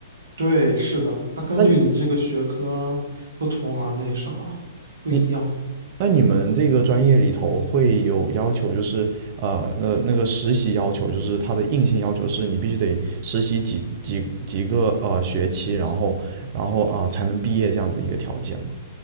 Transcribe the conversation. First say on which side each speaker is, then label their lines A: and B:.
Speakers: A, on the right; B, on the right.
A: 对，是的，它根据你这个学科不同而那什么不一样。
B: 那你那你们这个专业里头会有要求，就是呃，那那个实习要求，就是它的硬性要求是你必须得实习几几几个呃学期，然后然后啊、呃才能毕业这样子的一个条件吗？